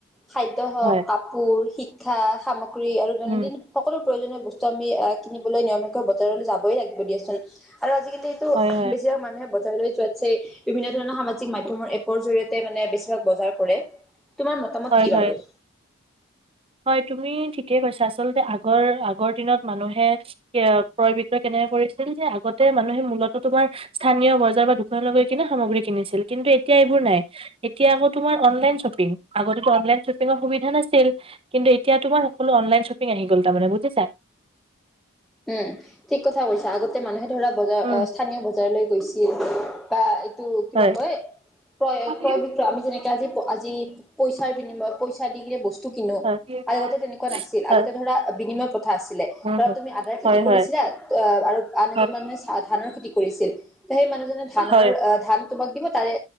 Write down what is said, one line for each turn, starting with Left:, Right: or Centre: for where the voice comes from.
Centre: খাদ্য হওঁক
Right: হয়
Centre: কাপোৰ, শিক্ষা, সামগ্ৰী আৰু দৈনন্দিন
Right: উম
Centre: সকলো প্ৰয়োজনীয় বস্তু আমি কিনিবলৈ নিয়মীয়াকৈ বজাৰলৈ যাবই লাগিব দিয়াচোন। আৰু আজিকালিটো
Right: হয় হয়
Centre: বেছিভাগ মানুহে বজাৰ লৈ যোৱাতছে বিভিন্ন ধৰণৰ সামাজিক মাধ্যমৰ এপৰ জৰিয়েতে মানে বেছি ভিগ বজাৰ কৰে। তোমাৰ মতামত
Right: হয়
Centre: কি বাৰু?
Right: হয় হয় তুমি ঠিকেই কৈছা আচলতে আগৰ আগৰ দিনত মানুহে ক্ৰই বিক্ৰই কেনে কৰিছিল যে আগতে মানুহে মূলত তোমাৰ স্থানীয় বজাৰ বা দোকানলৈ গৈ কিনে সামগ্ৰী কিনিছিল। কিন্তু এতিয়া এইবোৰ নাই এতিয়া আকৌ তোমাৰ অনলাইন শ্বপিং আগতেটো অনলাইন শ্বপিঙৰ সুবিধা নাছিল। কিন্তু এতিয়া তোমাৰ সকলো অনলাইন শ্বপিং আহি গল তাৰমানে বুজিছা।
Centre: উম ঠিক কথা কৈছা আগতে মানুহে ধৰা বগা
Right: উম
Centre: স্থানীয় বজাৰলৈ গৈছিল বা এইটো কিবা
Right: হয়
Centre: কয় ক্ৰয়
Right: হয়
Centre: ক্ৰয় বিক্ৰ আমি যেনেকে আজি আজি পইচাৰ বিনিময় পইচা দি কিনে বস্তু কিনো
Right: হয়
Centre: আগতে তেনেকুৱা নাছিল
Right: হয়
Centre: আগতে ধৰা বিনিময় প্ৰথা আছিলে
Right: উম,
Centre: ধৰা তুমি আদাৰ খেতি
Right: হয়
Centre: কৰিছিলা
Right: হয়
Centre: অ আৰু আন এজন
Right: হয়
Centre: মানুহে চা ধানৰ খেতি কৰিছিল। সেই মানুহজনে ধানৰ
Right: হয়
Centre: ধান তোমাক দিব তাৰে